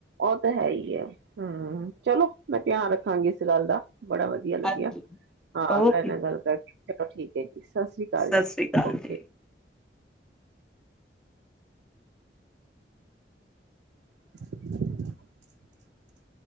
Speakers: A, on the right (about 70°); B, in the centre.
A: ਉਹ ਤਾਂ ਹੈ ਹੀ ਐ ਹੂੰ, ਚਲੋ ਮੈਂ ਧਿਆਨ ਰੱਖਾਂਗੀ, ਇਸ ਗੱਲ ਦਾ। ਬੜਾ ਵਧੀਆ ਲੱਗਿਆ,
B: ਹਾਂਜੀ
A: ਹਾਂ
B: ਓਕੇ
A: ਤਾਡੇ ਨਾਲ ਗੱਲ ਕਰਕੇ ਚਲੋ ਠੀਕ <unintelligible> ਸਤਿ ਸ਼੍ਰੀ ਅਕਾਲ
B: ਸਤਿ
A: ਜੀ,
B: ਸ੍ਰੀ ਅਕਾਲ
A: ਓਕੇ।
B: ਜੀ।
A: <inaudible>